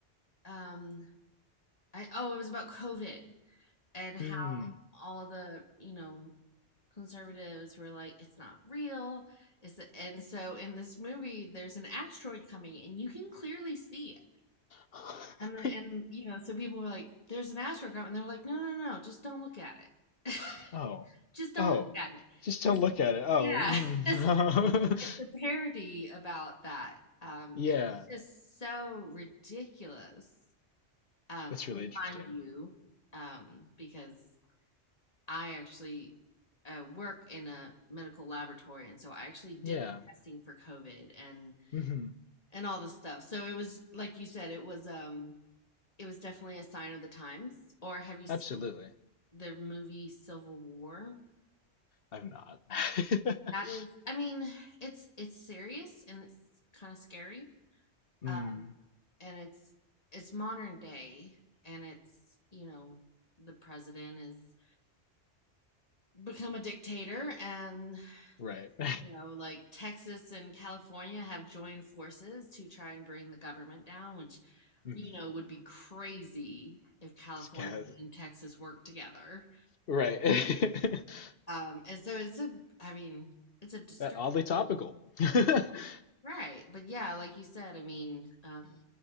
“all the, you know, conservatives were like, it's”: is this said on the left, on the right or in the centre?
Left